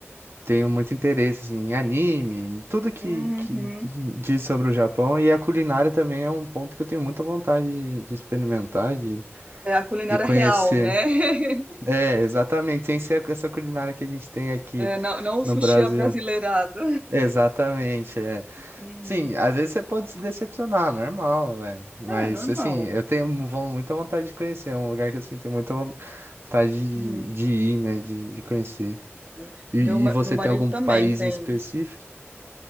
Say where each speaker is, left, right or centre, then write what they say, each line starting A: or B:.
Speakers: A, on the right; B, on the right.
A: tenho muito interesse assim, em anime, em tudo que,
B: uhum.
A: que diz sobre o Japão e a culinária também é um ponto que eu tenho muita vontade de, de experimentar, de,
B: É a culinária
A: de conhecer.
B: real, né? <laughs>
A: É, exatamente, sem ser essa culinária que a gente tem aqui
B: É, não, não o
A: no
B: sushi
A: Brasil.
B: abrasileirado.
A: Exatamente, é.
B: Uhum.
A: Sim, às vezes você pode se decepcionar, normal, velho. Mas
B: É normal.
A: assim, eu tenho mu- von- muita vontade de conhecer, é um lugar que eu sinto muita von- vontade de,
B: Uhum.
A: de ir, né? De, de conhecer.
B: É.
A: E,
B: Meu, ma-
A: e você
B: meu marido
A: tem algum
B: também
A: país
B: tem.
A: em específico?